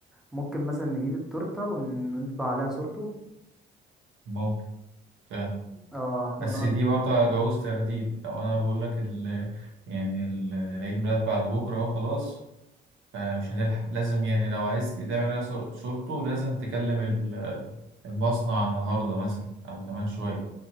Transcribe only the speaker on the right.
ممكن فعلا
بس
دي برضه هتعوز ترتيب لو أنا بقول لك ال... يعني ال- العيد ميلاد بعد بكرة أهو خلاص فمش هنلحق لازم يعني لو عايز تعمل عليها صور- صورته لازم تكلم ال- المصنع النهاردة مثلا أو كمان شوية